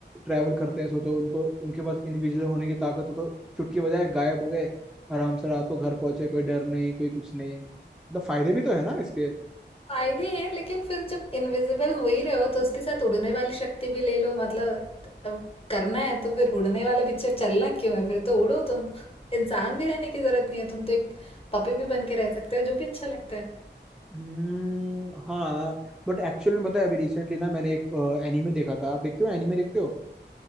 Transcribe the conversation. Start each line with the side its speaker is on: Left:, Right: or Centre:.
Centre: ट्रैवल करते हैं सोचो उनको उनके पास इनविजिबल होने की ताकत हो तो चुटकी बजाए गायब हो गए आराम से रात को घर पहुंचे कोई डर नहीं कोई कुछ नहीं मतलब फायदे भी तो है ना इसके
Left: फायदे हैं लेकिन फिर जब इनविजिबल हो ही रहे हो तो उसके साथ उड़ने वाली शक्ति भी ले लो मतलब अब करना है तो फिर उड़ने वाला पिक्चर चलना क्यों है फिर तो उड़ो तुम इंसान भी रहने की जरूरत नहीं है तुम तो एक पपी भी बन के रह सकते हो जो भी अच्छा लगता है
Centre: हम्म हाँ बट एक्चुअल में पता है अभी रिसेंटली ना मैंने एक एनीमे देखा था आप देखते हो एनीमे देखते हो